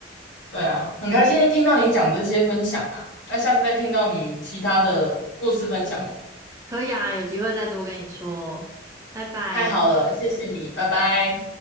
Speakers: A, on the left; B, on the right.
A: 对啊，很开心听到你讲这些分享啊，那下次再听到你其他的故事分享哦。
B: 可以啊，有机会再多跟你说，拜拜。
A: 太好了，谢谢你，拜拜。